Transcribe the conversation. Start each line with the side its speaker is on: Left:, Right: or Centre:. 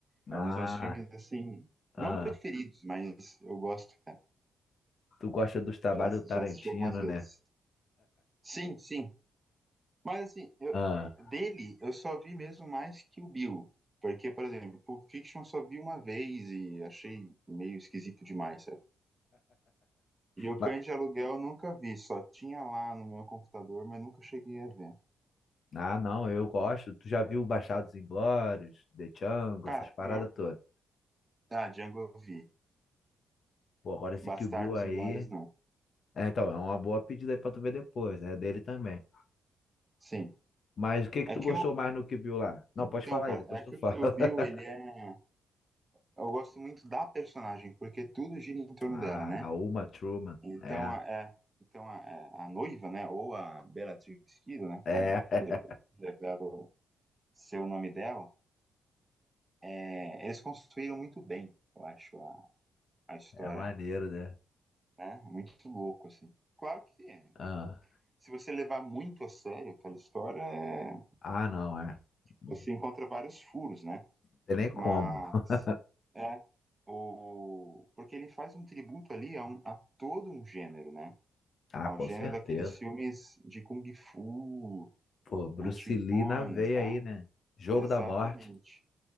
Right: É
Left: Ah,
Right: um dos meus filmes, assim,
Left: ah,
Right: não preferidos, mas eu gosto, cara.
Left: tu gosta dos trabalhos
Right: Já,
Left: do Tarantino,
Right: já assisti algumas vezes.
Left: né?
Right: Sim, sim. Mas, assim, eu,
Left: Ah,
Right: dele, eu só vi mesmo mais que o Bill. Porque, por exemplo, Pulp Fiction eu só vi uma vez e achei meio esquisito demais, E o
Left: mas-
Right: Cães de Aluguel eu nunca vi, só tinha lá no meu computador, mas nunca cheguei a ver.
Left: ah, não, eu gosto. Tu já viu Bastardos Inglórios, The Django,
Right: Cara,
Left: essas paradas
Right: pior.
Left: todas.
Right: Ah, Django eu vi.
Left: Pô, agora esse
Right: Bastardos
Left: Kill Bill aí.
Right: Inglórios não.
Left: É, então, é uma boa pedida aí pra tu ver depois, né? Dele também.
Right: Sim.
Left: Mas o que que
Right: É
Left: tu
Right: que
Left: gostou
Right: o.
Left: mais no que viu lá? Não,
Right: Então,
Left: pode falar
Right: cara,
Left: aí, depois
Right: é
Left: tu
Right: que
Left: fala.
Right: o Kill
Left: <laughs>
Right: Bill, ele é. Eu gosto muito da personagem, porque tudo gira em torno
Left: Ah,
Right: dela, né?
Left: a Uma Truman.
Right: Então,
Left: É,
Right: a- é. Então, a, a- a noiva, né? Ou a Bellatrix Kiddo, né?
Left: é,
Right: Como revela o seu nome dela, é, eles construíram muito bem, eu acho, a,
Left: <laughs>
Right: a história,
Left: é maneiro, né?
Right: né? É Muito louco, assim. Claro que sim.
Left: Ah,
Right: se você levar muito a sério aquela história, é,
Left: ah, não, é. Não
Right: você encontra vários furos, né?
Left: tem nem como.
Right: Mas
Left: <laughs>
Right: é o porque ele faz um tributo ali a, um- a todo um gênero, né?
Left: Ah,
Right: Ao
Left: com
Right: gênero
Left: certeza.
Right: daqueles filmes de kung fu
Left: Pô, Bruce
Right: antigões,
Left: Lee na veia
Right: né?
Left: aí, né? Jogo
Right: Exatamente.
Left: da morte.